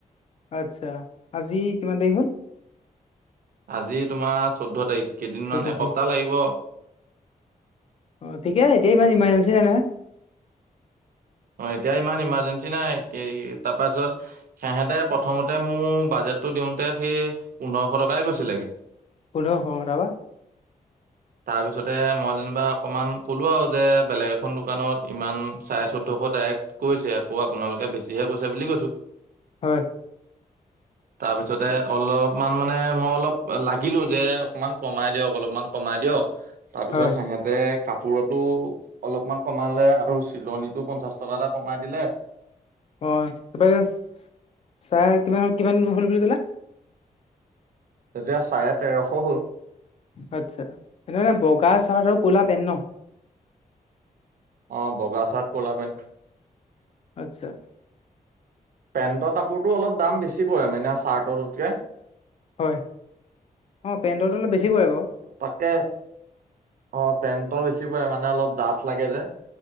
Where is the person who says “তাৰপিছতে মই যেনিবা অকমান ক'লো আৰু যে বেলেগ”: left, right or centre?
Right